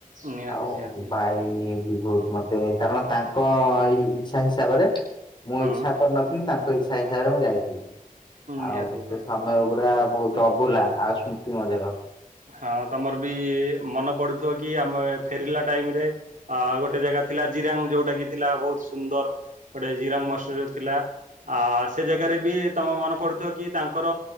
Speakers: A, on the right; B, on the left.
A: ନିହାତି
B: ଆଉ
A: ନିହାତି
B: ଭାଇ ବହୁତ ମତେ କାରଣ ତାଙ୍କ ଏଇ ଇଚ୍ଛା ହିସାବରେ ମୁଁ
A: ହଁ
B: ଇଚ୍ଛା କରିନଥିଲି ତାଙ୍କ ଇଚ୍ଛା ହିସାବରେ ମୁଁ ଯାଇଥିଲି। ଆଉ
A: ନିହାତି
B: ସେ
A: ନିହାତି।
B: ସମୟ ଗୁଡା ବହୁତ ଅଭୁଲା ଆଉ ସ୍ମୃତି ମଧ୍ୟ।
A: ହଁ ତମର ବି ମନେ ପଡୁଥିବ କି ଆମେ ଫେରିଲା ଟାଇମ ରେ ଅ ଗୋଟେ ଜାଗା ଥିଲା ଜିରାଙ୍ଗ ଯୋଉଟା କି ଥିଲା ବହୁତ ସୁନ୍ଦର। ଗୋଟେ ଜିରାଙ୍ଗ ମସଦ ଥିଲା ଆ ସେ ଜାଗାରେ ବି ତମେ ମନେ ପଡୁଥିବ କି ତାଙ୍କର